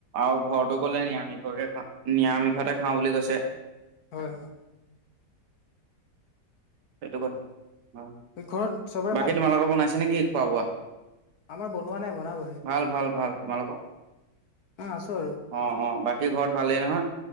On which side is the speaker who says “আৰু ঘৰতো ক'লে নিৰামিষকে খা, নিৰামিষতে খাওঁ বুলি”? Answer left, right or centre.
Right